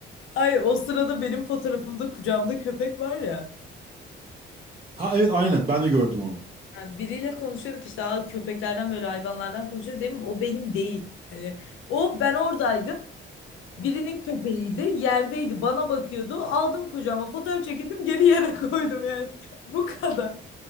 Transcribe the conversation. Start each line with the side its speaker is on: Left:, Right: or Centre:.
Left: Ay o sırada benim fotoğrafımda kucağımda köpek var ya.
Right: Ha evet aynen ben de gördüm onu.
Left: Ha, Biriyle konuşuyorduk işte Aa, köpeklerden böyle hayvanlardan konuşuyor değil O benim değil. Hani o ben oradaydım. Birinin köpeğiydi, yerdeydi, bana bakıyordu. Aldım kucağıma, fotoğraf çekildim, geri yere <laughs> koydum yani. Bu kadar.